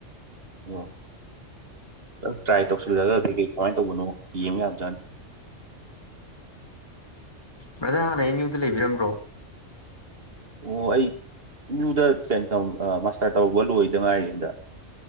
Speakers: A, on the right; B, on the left.
A: ꯑꯣ ꯗꯛ ꯇ꯭ꯔꯥꯏ ꯇꯧꯁꯤꯜꯂꯒ ꯀꯩ ꯀꯩ ꯀꯃꯥꯏ ꯇꯧꯕꯅꯣ ꯌꯦꯡꯕ ꯌꯥꯕꯖꯥꯠꯅꯤ
B: ꯕꯥꯔꯗꯔꯍꯥꯟꯅ ꯑꯦꯝ ꯌꯨꯗ ꯂꯩꯕꯤꯔꯝꯕ꯭ꯔꯣ
A: ꯑꯣ ꯑꯩ ꯑꯦꯝ ꯌꯨ ꯗ ꯇ꯭ꯔꯦꯟ ꯇꯧ ꯑ ꯃꯥꯁꯇꯔ ꯇꯧꯕ ꯂꯣꯏꯗ ꯉꯥꯏꯔꯤ ꯍꯟꯗꯛ